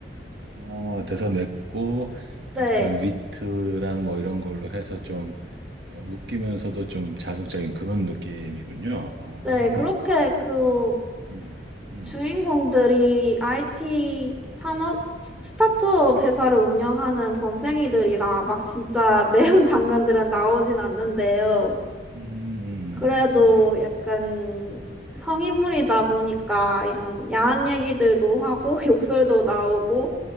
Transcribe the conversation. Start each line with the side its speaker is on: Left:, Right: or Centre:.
Right: 아, 대사 맵고,
Centre: <laughs> 네,
Right: 약간 위트랑 뭐 이런 걸로 해서 좀 어, 웃기면서도 좀 자극적인 그런 느낌이군요. 어,
Centre: 네, 그렇게 그
Right: 음, 음,
Centre: 주인공들이 IT 산업 스- 스타트업
Right: 음,
Centre: 회사를 운영하는 범생이들이라 막 진짜 <laughs> 매운
Right: 음,
Centre: 장면들은 나오진 않는데요.
Right: 음, 음,
Centre: 그래도
Right: 음, 음,
Centre: 약간 성인물이다 보니까 이런 야한 얘기들도
Right: 음,
Centre: 하고 <laughs> 욕설도 나오고